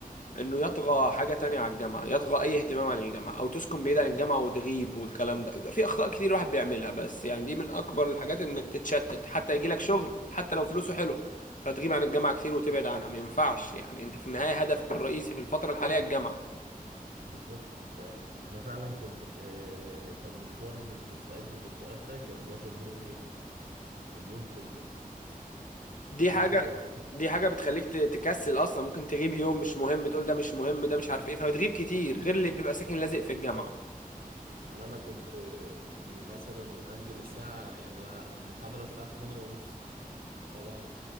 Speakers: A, on the left; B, on the right.
A: انه يطغى حاجة تانية على الجامعة يطغى اي اهتمام عن الجامعة او تسكن بعيد عن الجامعة وتغيب والكلام ده في اخطاء كتير الواحد بيعملها بس يعني دي من اكبر الحاجات انك تتشتت حتى يجيلك شغل حتى لو فلوسه حلو فتغيب عن الجامعة كتير وتبعد عنها ما ينفعش يعني انت في النهاية هدفك الرئيسي في الفترة الحالية الجامعة
B: بالظبط بس انا فعلا كنت آه، كان مشوار من بورسعيد لبورفؤاد ده كان بياخد مني ال- اليوم كله يعني
A: دي
B: انا
A: حاجة
B: كنت بروح
A: دي حاجة بتخليك ت- تكسل اصلا ممكن تغيب يوم مش مهم تقول ده مش مهم ده مش عارف ايه فتغيب كتير غير اللي بيبقى ساكن لازق في
B: بالظبط
A: الجامعة
B: يعني انا كنت آه، مثلا انزل الساعه يعني انا المحاضره الساعه 8 ونص صباح